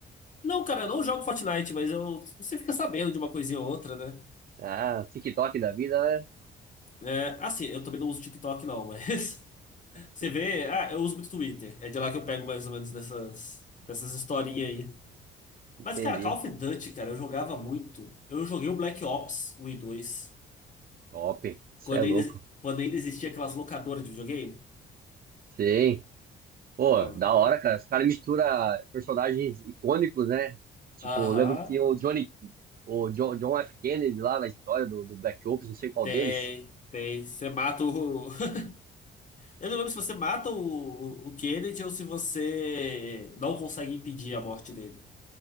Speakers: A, on the left; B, on the right.
A: Não, cara, eu não jogo Fortnite, mas eu, você fica sabendo de uma coisinha ou outra, né?
B: Ah, TikTok da vida, né?
A: É, assim, eu também não uso TikTok, não, mas <laughs>
B: <laughs>
A: você vê. Ah, eu uso muito Twitter. É de lá que eu pego mais ou menos dessas, dessas historinhas aí.
B: Entendi.
A: Mas, cara, Call of Duty, cara, eu jogava muito. Eu joguei o Black Ops 1 e dois
B: Top. Você
A: quando
B: é louco.
A: ainda, quando ainda existia aquelas locadoras de videogame.
B: Sim. Pô,
A: Então,
B: da hora, cara. Os caras misturam personagens icônicos, né? Tipo,
A: aham,
B: eu lembro que tinha o Johnny, o John, John F. Kennedy lá na história do, do Black Ops, não sei qual
A: tem,
B: deles.
A: tem. Você mata o. <laughs> Eu não lembro se você mata o, o o Kennedy ou se você não consegue impedir a morte dele.